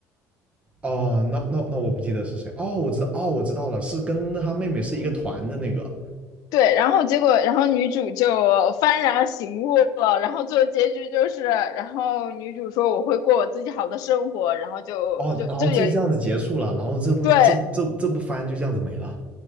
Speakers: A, on the right; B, on the left.
A: 哦，那那那我不记得是谁。哦，我知道，哦，我知道了，是跟他妹妹是一个团的那个。
B: 对，然后结果，然后女主就幡然醒悟了，然后最后结局就是，然后女主说我会过我自己好的生活，然后就就就也
A: 哦，然后就这样子结束了，然后这部这这这部番就这样子没了。
B: 对